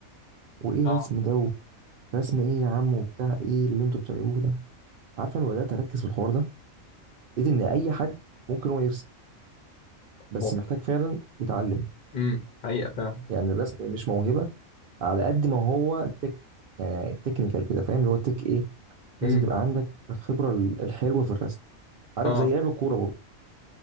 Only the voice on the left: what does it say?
اه
هو
امم حقيقة فعلا
امم
اه